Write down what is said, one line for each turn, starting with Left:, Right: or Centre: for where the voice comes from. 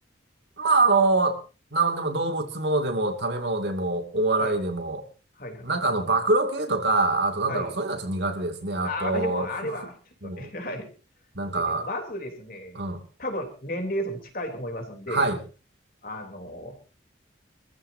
Right: まあ、あの、なんでも動物ものでも食べ物でもお笑いでも、
Left: はい。はい、はい。
Right: なんかあの、暴露系とか、あとなんだろう、
Left: はい。
Right: そういうのはちょっと苦手ですね。あと、
Left: ああ私もあれは、
Right: ふふ、
Left: ちょっとね、
Right: うん
Left: <laughs> はい。
Right: なんか、
Left: でね、まずですね、
Right: うん。
Left: 多分年齢層も近いと思いますんで、
Right: はい。
Left: あの、